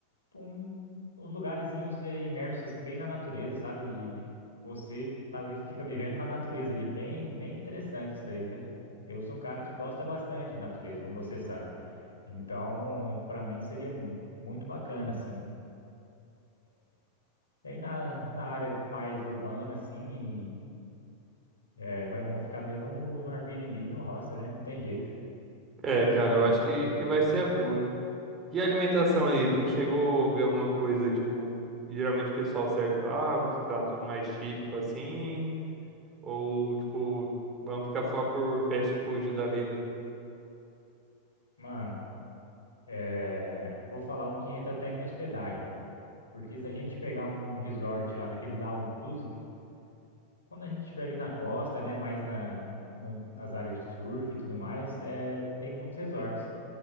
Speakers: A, on the left; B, on the right.
A: um- uns lugarzinhos é, imersos assim bem na natureza, sabe? E você tá, vi- fica vivendo na natureza ali, bem, bem interessante isso daí, cara. Eu sou um cara que gosta bastante de natureza, como você sabe. Então, para mim seria mu- muito bacana, assim. E aí na, na área mais urbana, assim, é, vai, vão ficar mesmo no Airbnb, e no hostel, né? Não tem jeito.
B: É, cara,
A: Provavelmente
B: eu acho que,
A: é um dos dois.
B: que vai ser a boa, hein? E a alimentação ali, tu chegou a ver alguma coisa, tipo, que geralmente o pessoal serve lá, uns pratos mais típicos assim, ou tipo, vamos ficar só por fast food da vida?
A: Mano, é, vou falar um que entra até em hospedagem. Porque se a gente pegar um resort lá daqueles all inclusive, quando a gente estiver ali na costa, né, mais na, no- nas áreas de surf e tudo mais, é, tem muitos resorts.